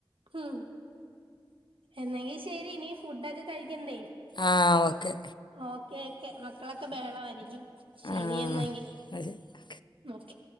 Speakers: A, on the right (about 75°); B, on the left (about 60°).
A: ഉം എന്നെങ്കി ശരി ഇനി ഫുഡൊക്കെ കഴിക്കണ്ടേ
B: ആ ഓക്കെ
A: ഓക്കെ ഓക്കെ മക്കളൊക്കെ വേളമായിയിരിക്കും ശരിയെന്നെങ്കിൽ
B: ആ അത്
A: ഓക്കെ